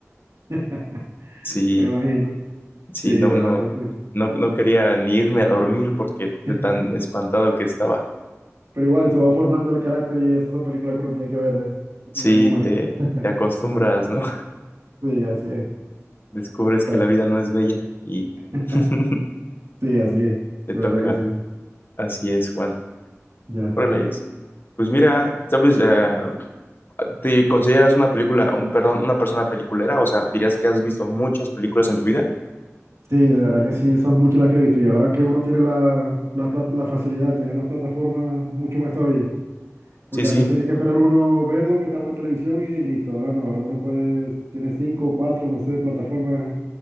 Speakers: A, on the right; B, on the left.
A: <laughs>
B: Sí,
A: Me imagino.
B: sí,
A: Sí, de
B: no,
A: verdad
B: no,
A: que
B: no, no quería ni irme a dormir porque de
A: sí. <laughs>
B: tan espantado que estaba.
A: Pero igual eso va formando el carácter y esas son películas que uno tiene que ver
B: Sí,
A: eh, en algún momento.
B: te,
A: <laughs>
B: te acostumbras, ¿no?
A: Sí, así es.
B: descubres
A: Está
B: que la
A: bien.
B: vida no es bella y
A: <laughs>
B: <laughs>
A: Sí, así es.
B: te
A: De
B: toca.
A: verdad que sí.
B: Así es, Juan.
A: Ya.
B: Órale es. Pues mira, sabes, Eh, ¿te consideras una película, un, perdón, una persona peliculera? O sea, dirías que has visto muchas películas en tu vida.
A: Sí, de verdad que sí, son muchas las que he visto. Y ahora que uno tiene la, la, pla- la facilidad de tener las plataformas, mucho más todavía. Porque
B: Sí, sí,
A: antes tenía que esperar uno ver lo que estaba en la televisión y listo. Ahora no, ahora uno puede, tiene cinco, cuatro, no sé, plataformas